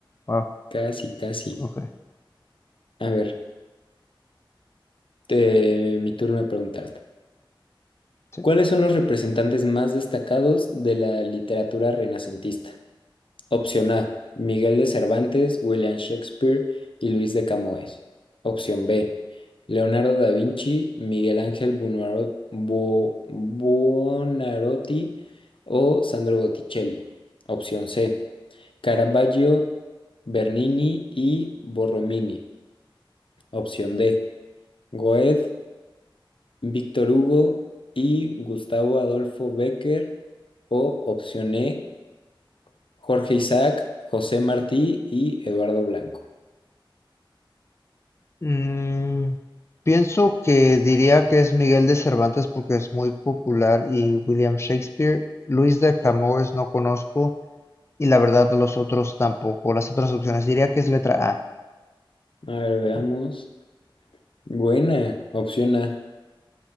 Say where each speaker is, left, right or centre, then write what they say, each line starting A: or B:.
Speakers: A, on the left (about 30°); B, on the left (about 75°).
A: Wow,
B: Casi, casi.
A: ok.
B: A ver, te- mi turno de preguntarte.
A: Sí.
B: ¿Cuáles son los representantes más destacados de la literatura renacentista? Opción A, Miguel de Cervantes, William Shakespeare y Luis de Camoes. Opción B, Leonardo da Vinci, Miguel Ángel Buonarro- Bu- Buonarroti o Sandro Botticelli. Opción C, Caravaggio, Bernini y Borromini. Opción D, Goethe, Víctor Hugo y Gustavo Adolfo Becker. O opción E, Jorge Isaac, José Martí y Eduardo Blanco.
A: Mm, pienso que diría que es Miguel de Cervantes porque es muy popular y William Shakespeare. Luis de Camões no conozco y la verdad los otros tampoco. Las otras opciones diría que es letra A.
B: A ver, veamos. Buena, opción A.